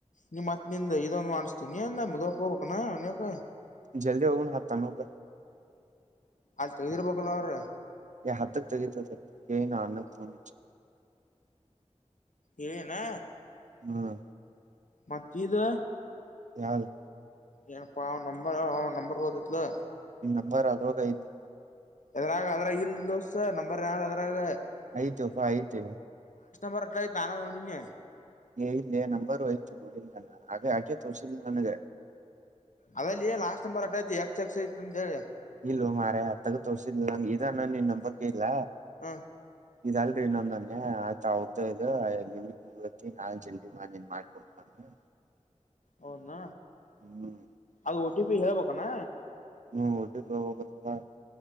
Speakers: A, on the left; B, on the right.
A: ನಿಮ್ ಮತ್ ನಿಂದ ಇದೊಂದ್ ಮಾಡ್ಸ್ತೀನಿ ನ ಮುದಕೋಬೇನ್ನಾ ಒನ್ಯಾಕ
B: ಜಲ್ದಿ ಹೋಗಣ ಹತ್ತನೋಕ
A: ಅಲ್ಲಿ ತೆಗ್ದಿರ್ಬೇಕಲ್ಲ ಅವ್ರ್
B: ಏ ಹತ್ತುಕ್ ತೆಗೀತರ್ಲೆ ಅಣ್ಣಾಕ್ ಫೋನ್ ಹಚ್ಚ್
A: ಇವೇನಾ
B: ಹ್ಮ್
A: ಮತ್ತಿದು
B: ಯಾದು
A: ಏನಪ್ಪಾ ಅವ್ನ್ ನಂಬರ್ ಅವ್ನ್ ನಂಬರ್ ಗೊತ್ತೈತ್ಲೆ
B: ನಂಬರ್ ಅದ್ರಾಗ ಐತಿ
A: ಎದ್ರಾಗ ಅದ್ರಾಗಿಲ್ ದೋಸ್ತ ನಂಬರ್ ಯಾವ್ದ್ ಅದ್ರಾಗ
B: ಆಯ್ತೆ ಅಪ್ಪಾ ಆಯ್ತೆ
A: ಬರ್ ಐತ್ ನಾನೆ ನೋಡಿನಿ
B: ಏ ಇಲ್ಲೇ ನಂಬರ್ ಓಯ್ತು ನೋಡಿಲ್ ನಾನ ಹಾಗ ಆಕೆ ತೋರ್ಸಿದ್ಲು ನನಗ
A: ಅಲ್ಲಲೇ ಲಾಸ್ಟ್ ನಂಬರ್ ಅಡೈತಿ ಎಕ್ಸ್ ಎಕ್ಸ್ ಅಂತೇಳಿ
B: ಇಲ್ಲ ಮಾರಾಯ ಅತ್ತಗ್ ತೋರ್ಸಿದ್ಲಂಗ್ ಇದನ್ನ ನೀನ್ ನಂಬರ್ ಕೇಳ್ದ್ಲ
A: ಹಾ
B: ಇದಗ್ದೆ ಇನ್ನೊಂದನ್ನೆ ಆತ್ ಅವ್ರ್ದೆ ಇದು ಐ ನಾನೆ ಜಲ್ದಿ ಮಾಡಿನ್ ಮಾಡಿ ಕೊಡ್ಪಾ ಅಂದ್ರ
A: ಹೌದ್ನ
B: ಹ್ಮ್
A: ಅದು ಓ ಟಿ ಪಿ ಹೇಳ್ಬೇಕೇನ
B: ಹ್ಮ್ ಓಟಿಪಿ ಯಾವಾಗ್ ಬತ್ತ